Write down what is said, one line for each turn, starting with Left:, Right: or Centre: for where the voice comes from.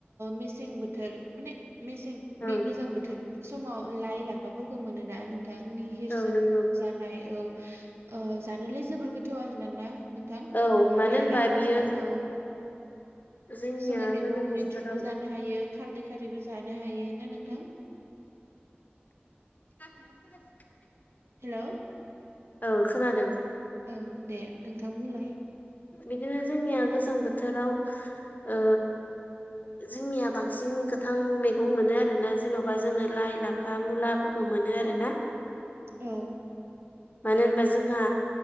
Right: मेसें बोथोर माने मेसें
Left: औ
Right: बे गोजां बोथोर समाव लाइ लाफाफोरखौ मोनोना नोंथांनि हिरजों
Left: औ नंगौ
Right: जानाय औ जानोलाय जोबोर गोथाव आरो ना नोंथां
Left: औ मानो
Right: लाइ
Left: होनबा
Right: लाफाफोरा
Left: बियो
Right: औ
Left: जोंनिया
Right: जोङो बेखौ
Left: गोजां बोथोराव
Right: मैद्रुबो जानो हायो खारदै खारैबो जानो हायो ना नोंथां
Left: हा <unintelligible>
Right: हेलौ
Left: औ खोनादों
Right: ओं दे नोंथां बुंलाय
Left: बिदिनो जोंनिया गोजां बोथोराव
Right: <inaudible>
Left: ओ जोंनिया बांसिन गोथां मैगं मोनो आरोना जेन'बा जोङो लाइ लाफ लाफा मुलाफोरखौ मोनो आरो ना
Right: औ
Left: मानो होनबा जोंहा